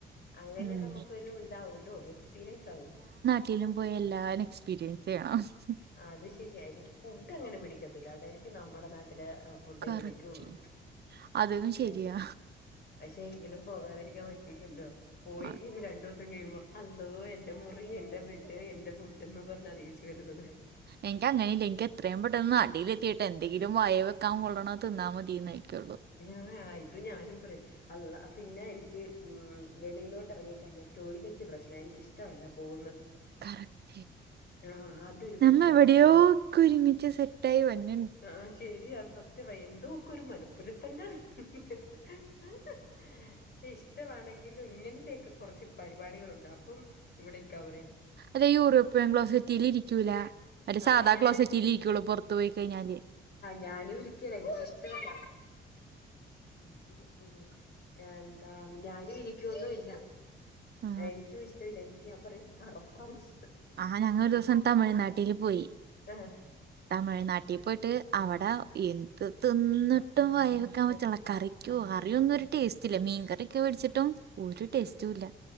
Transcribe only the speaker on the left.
അങ്ങനെ
നമുക്കൊരു ഇതാവല്ലോ എക്സ്പീരിയൻസ് ആവല്ലോ.
ആ അത് ശരിയ എനിക്ക് ഫുഡ് അങ്ങനെ പിടിക്കത്തില്ല കേട്ടോ എനിക്ക് നമ്മുടെ നാട്ടി പിന്നെ ഫുഡേ
പിടിക്കുള്ളൂ
പക്ഷെ
പക്ഷേ യെങ്കിലും പോകാതിരിക്കാൻ പറ്റൂല്ലല്ലോ പോയില്ലെങ്കിൽ
രണ്ടൂസ <unintelligible> കഴിയുമ്പോ അല്ലോ എന്റെ മുറീ എന്റെ ബെഡ് എന്റെ ഫുഡും പറഞ്ഞഞ് അറിയിച്ചു വരുന്നത്.
ഞാ ആയി ഞാനും പറ അല്ലാഹ് പിന്നെ എനിക്ക് ഹ്മ്മ് വെളിയിലോട്ട് ഇറങ്ങികഴിഞ്ഞാൽ ടോയ്ലറ്റ് പ്രശ്ന ഇഷ്ടമില്ല പോകുന്നത്.
ആഹ് അതൊരു പ്രശ്നമുണ്ട്
അപ്പൊ ഞാൻ
ആഹ് ശെരിയാ സത്യവ എന്തോകോ ഒരു മനഃപ്പുരുത്തങ്ങ ഹ്ഹഹ്ഹ ഹ് പക്ഷെ ഇഷ്ടമാണെങ്കിലും ഇങ്ങനൊതൊക്കെ കുറച്ച് പരിപാടികളുണ്ട് അപ്പം ഇവിടെക്കാ പറഞ്ഞു.
ആഹ്
ഞാനും
ഞാനും ഇരിക്കല എനിക്കിഷ്ടമല്ല. ഫ്രിഡ്ജിൽ പോയി നോക്ക് ആ എന്താ ഞാനും ഇരിക്കുവൊന്നും ഇല്ല.
എനിക്കും ഇഷ്ടല്ല എനിക്ക് ഞാൻ പറയും അറപ്പാന്ന്.
ആഹ്
ഉം
ഉം